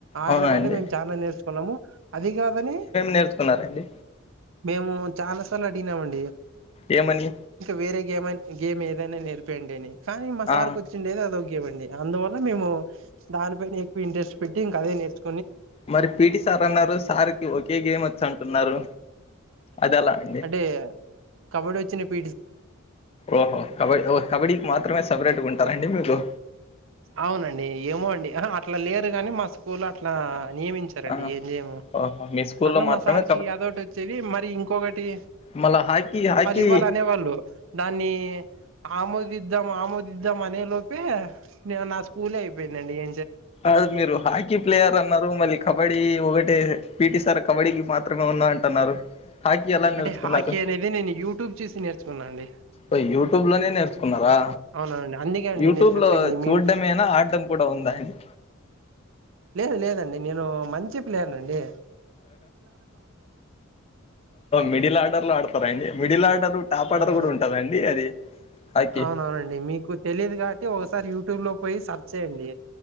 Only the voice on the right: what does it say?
ఆయన
వల్లే
మేము చాల నేర్చుకున్నాము అది కాదని
మేము చాలా సార్లు అడిగినమండి
వేరే గేమ గేమ్ ఏదైనా నేరపియండి అని కానీ మా
సార్కి వచ్చిండే ద అదోగేమండి అందువల్ల మేము దానిపై ఎక్వ ఇంట్రెస్ట్ పెటి ఇం అదేనేర్చు
అంటే కబడ్డీ వచ్చిన పి
అవునండి ఏమో అండి అట్లా లేరు గాని మా స్కూల్ లొ. అట్లా నియమించారండి
ఏం చేయము
అట్లా
మా సారికి అదోటి వచ్చేది మరి ఇంకొకటి
వాళ్ళు అనేవాళ్ళు దాన్ని ఆమోదిద్దాం ఆమోదిద్దాం అనే లోపు నా స్కూలే అయిపోయిందండి ఏ
అంటే
హాకీ అనేది నేను యూట్యూబ్ చూసి నేర్చుకున్నా అండి
అవునండి అందుకే అండి
నేను చెప్పింది
మీ
లేదు లేదండి నేను మంచి ప్లేయర్నండి
అవునవునండి
అవునవునండి మీకు తెలీయదు కాబట్టి ఒకసారి యూట్యూబ్ లో పోయి సర్చ్ చేయండి